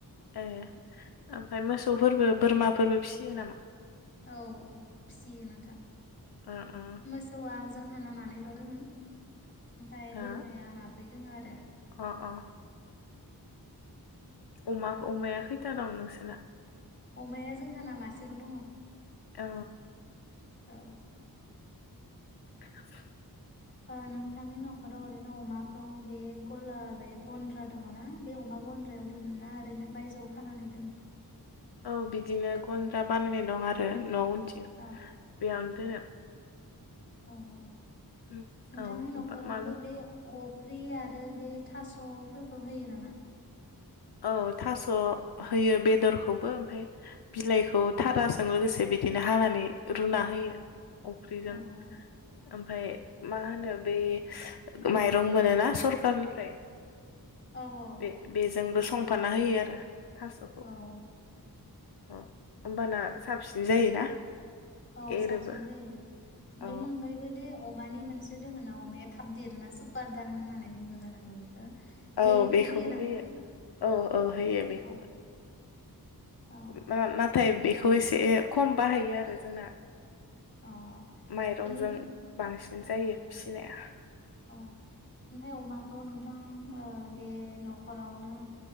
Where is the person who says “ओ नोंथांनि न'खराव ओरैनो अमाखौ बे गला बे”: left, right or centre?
Left